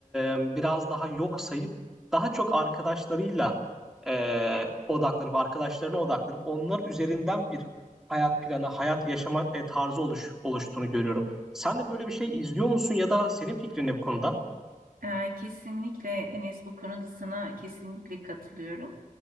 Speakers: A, in the centre; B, on the right.
A: e, biraz daha yok sayıp daha çok arkadaşlarıyla e, odaklanıp arkadaşlarına odaklanıp onlar üzerinden bir hayat planı, hayat yaşama e, tarzı oluş, oluştuğunu görüyorum. Sen de böyle bir şey izliyor musun ya da senin fikrin ne bu konuda?
B: Ee, kesinlikle Enes bu konuda sana kesinlikle katılıyorum.